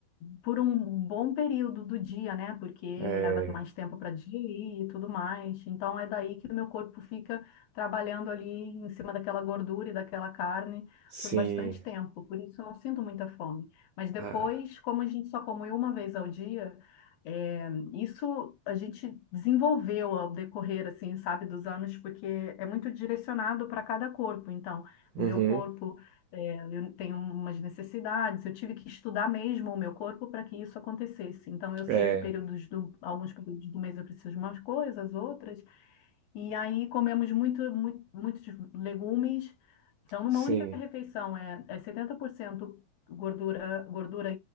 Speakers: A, on the left; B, on the right.
A: por um bom período do dia, né? Porque
B: é,
A: leva mais tempo para digerir e tudo mais. Então, é daí que o meu corpo fica trabalhando ali em cima daquela gordura e daquela carne
B: sim,
A: por bastante tempo, por isso eu não sinto muita fome. Mas depois,
B: ah,
A: como a gente só come uma vez ao dia, é, isso a gente desenvolveu ao decorrer, assim, sabe, dos anos, porque é muito direcionado para cada corpo. Então,
B: uhum,
A: o meu corpo, é, eu tenho umas necessidades, eu tive que estudar mesmo o meu corpo para que isso acontecesse. Então, eu sei
B: é,
A: que períodos do, alguns períodos do mês eu preciso de umas coisas, outras. E aí comemos muito, muito, muitos legumes então, numa
B: sim,
A: única refeição, é, é 70% gordura, gordura